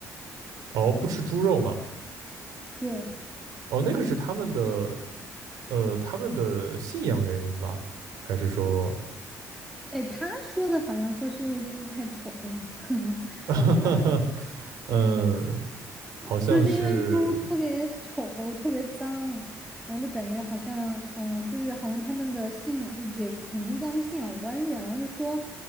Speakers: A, on the right (about 90°); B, in the centre.
A: 哦，不吃猪肉吗？
B: 对，
A: 哦，那个是他们的呃他们的信仰原因吧？还是说
B: 哎，他说的好像说是因为猪太丑了，<laughs>
A: <laughs>
B: 我不知道哎，
A: 嗯，
B: 就很神奇，
A: 好像是
B: 说是因为猪特别丑，特别脏，然后就感觉好像，嗯，就是好像他们的信仰也肯定跟他们信仰有关系啊，然后就说，